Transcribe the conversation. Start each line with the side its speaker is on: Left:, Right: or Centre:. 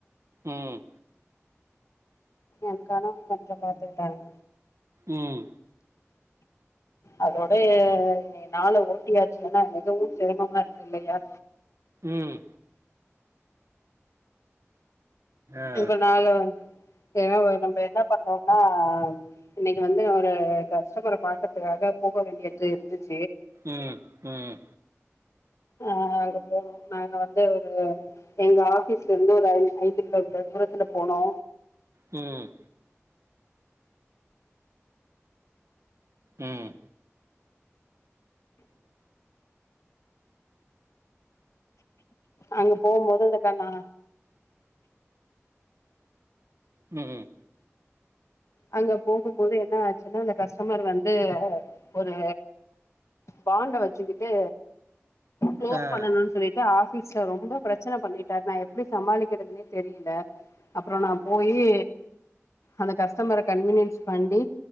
Right: உம்
Left: எ கணவர் கொஞ்சோ பாத்துக்கிட்டாங்க
Right: உம்
Left: அதோடயே னேன் நாள ஓட்டியாச்சு ஏன்னா மிகவு சிரமமா இருக்கு இல்லையா
Right: ம் ஆ
Left: உங்க நாளு ஏன்ன நம்ப என்ன பண்றோம்மா இன்னக்கி வந்து ஒரு கஸ் ஷ்டமர பாக்கற்துக்காக போக வேண்டியட்று இருந்துச்
Right: ம் ம்
Left: அஹ் அங்க போனோ நாங்க வந்து ஒரு எங்க ஆபீஸ்லேருந்து ஒரு அஞ் ஐந்து கிலோமீட்டர் தூரத்துல போனோ
Right: ம் ம்
Left: அங்க போம்போது அந்தக்கண்ணா
Right: ம் ம்
Left: அங்க போகும்போது என்னா ஆச்சுன்னா அந்த கஸ்டமர் வந்து ஒரு பாண்ட வச்சுக்கிட்டு க்ளோஸ்
Right: ஆ
Left: பண்ணணுன் சொல்லிட்டு ஆஃபீஸ் சோ ரொம்ப ப்ர ச்சனை பண்ணிட்டார் நா எப்புடி சமாளிக்கிறதுனே தெரியில அப்றொ நா போயி அந்த கஸ் தமர கன்வீனியன்ஸ் பண்ணி